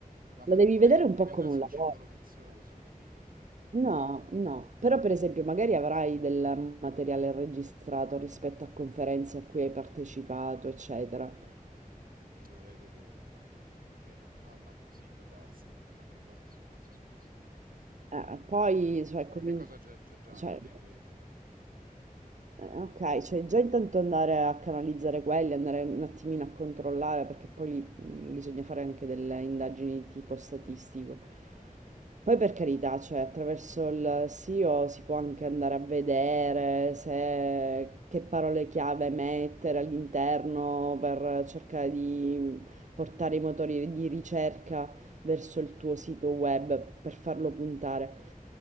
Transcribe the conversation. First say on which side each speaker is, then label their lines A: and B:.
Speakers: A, on the right; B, on the right.
A: No,
B: la
A: ma non
B: devi
A: vorrei
B: vedere
A: che
B: un
A: diventasse
B: po' come un
A: un
B: lavoro.
A: circolo vizioso, capito? Eh, di-
B: No, no, però per esempio magari avrai del materiale registrato rispetto a conferenze a cui hai partecipato, eccetera.
A: Mm, Dovrei vedere, ma mm, credo di no, ma sì, può darsi. Qualche cosa sì, forse sì, sì. Sì, qualche
B: Eh,
A: cosa
B: poi,
A: c'è già.
B: cioè, comin-
A: Qualche cosa c'è c'è già
B: cioè,
A: anche in rete.
B: Eh, ok, cioè già intanto andare a canalizzare quelli, andare un attimino a controllare, perché poi lì mh, bisogna fare anche delle indagini di tipo statistico. Poi per carità, cioè attraverso il SEO si può anche andare a vedere se, che parole chiave mettere all'interno per cercare di portare i motori di ricerca verso il tuo sito web per farlo puntare.